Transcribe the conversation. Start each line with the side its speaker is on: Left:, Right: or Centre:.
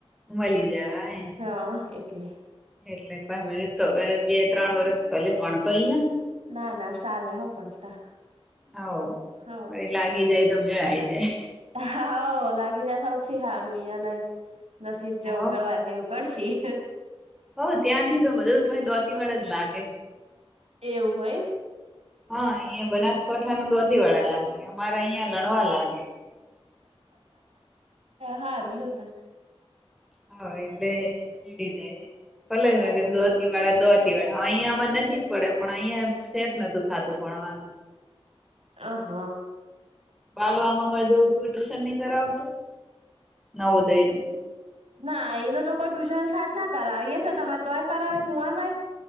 Centre: મલી જાય.
Right: હા એટલે
Centre: એટલે ભા તો હ બે ત્રણ વરસ ભલે ભણતો અહીંયા
Right: ના ના શાલે હો પણ તા.
Centre: હાવ
Right: હ
Centre: વળી લાગી જાય તો મેળ આઈ જાય.
Right: હવ લાગી જાય સૌથી હારું અહિયાં નહી નસીબ જેવું
Centre: હવ
Right: કરવા છે એવુ કરશી.
Centre: હવ ત્યાંથી તો બધું ભાય દોતી વાળ જ લાગે
Right: એવું હોય
Centre: હા અહીંયા બનાસકાંઠા ન દોતી વાળા લાગે અમારા અહીંયા લણવા લાગે.
Right: હારું લતા.
Centre: હા એટલે એ જાય ભલે
Right: ના ના
Centre: કે ધોતી
Right: ચાલ
Centre: વાળા દોત. ધોતીવાડા અહિયાં અમારે નજીક પડે પણ અહિયાં સેટ નતું થાતું ભણવાનું.
Right: અ હ.
Centre: બાલવા માં અમારે જેવું કોઈ ટ્યુશન ની કરાવ ન ઉદયનું.
Right: ના એનું તો કોઈ ટ્યુશન ખાસ ના કરાવ એ તો તમારે તોય કરાવે કુંમારભાઈ.